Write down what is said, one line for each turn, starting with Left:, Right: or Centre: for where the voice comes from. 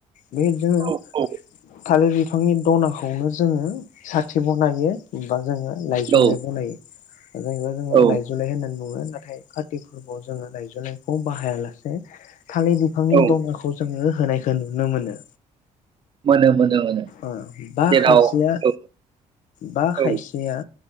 Left: बे जोङो
Right: औ औ
Left: थालिर बिफांनि दना खौनो जोङो साथि बनायो बा जोङो लायजौलाय
Right: औ
Left: बनायो। जेनेबा जोङो
Right: औ
Left: लायजौलाय होननानै बुङो नाथाय कार्ति फोरबोआव जोङो लाइजौ लाइखौ बाहायालासे थालिर बिफांनि
Right: औ
Left: दनाखौ जोङो होनायखो नुनो मोनो।
Right: मोनो मोनो मोनो।
Left: ओ बा
Right: जेराव
Left: खायसेया
Right: औ
Left: बा खायसेया
Right: औ